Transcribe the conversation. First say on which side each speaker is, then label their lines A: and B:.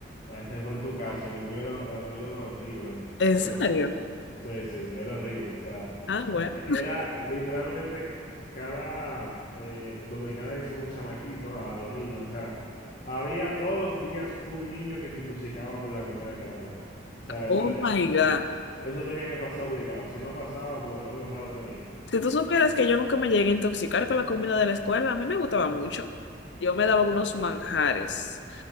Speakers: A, on the left; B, on the left.
A: Ese fue en tu caso, en el mío era la comida era horrible,
B: ¿En
A: pero
B: serio?
A: Sí, sí, sí, era horrible. O sea,
B: Ah, bueno.
A: e- e- era literalmente cada eh, dominicana le decimos chamaquito a los niños. O sea, había todos los días un niño que se intoxicaba por la comida que daban. O sea, eso,
B: Oh
A: eh,
B: my God.
A: eso tenía que pasar obligado. Si no pasaba, bueno, algo raro tenía.
B: Si tú supieras que yo nunca me llegué a intoxicar con la comida de la escuela, a mí me gustaba mucho. Yo me daba unos manjares.